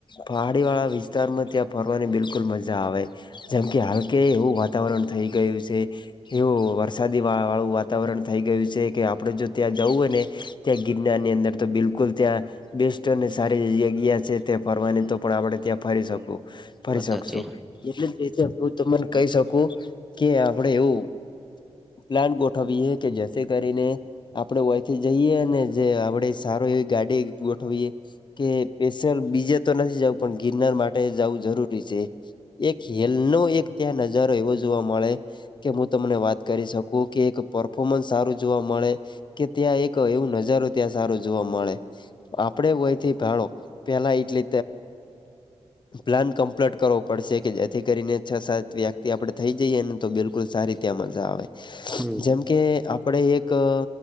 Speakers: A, on the left; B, in the centre.
A: પહાડીવાળા વિસ્તારમાં ત્યાં ફરવાની બિલકુલ મજા આવે જેમ કે હાલ કે એવું વાતાવરણ થઈ ગયું છે. એવું વરસાદી વા વાળું વાતાવરણ થઈ ગયું છે કે આપડે જો ત્યાં જવું હોય ને ત્યાં ગિરનારની અંદર તો બિલકુલ ત્યાં બેસ્ટ અને સારી જગ્યા છે તે ફરવાની તો પણ આપડણે ત્યાં ફરી શકું ફરી
B: બતા
A: શકશું
B: છે.
A: એટલે જ રીતે હું તમને કહી શકું કે આપડે એવું પ્લાન ગોઠવીએ કે જે કરીને આપડે વયથી જઈએ ને જે આપડે સારો એવી ગાડી ગોઠવીએ કે પેશર બીજે તો નથી જવું પણ ગિરનાર માટે જવું જરૂરી છે. એક હેલ નો એક ત્યાં નજારો એવો જોવા મળે કે હું તમને વાત કરી શકું કે એક પરફોર્મન્સ સારું જોવા મળે કે ત્યાં એક એવું નજારો ત્યાં સારો જોવા મળે આપડે હોયથી ભાડો પેલા એટલે પ્લાન કમ્પ્લીટ કરવો પડશે કે જેથી કરીને છ સાત વ્યક્તિ આપડે થઈ જઈએ ને તો બિલકુલ સારી ત્યા મજા આવે
B: હમ
A: જેમ કે આપડે એક અ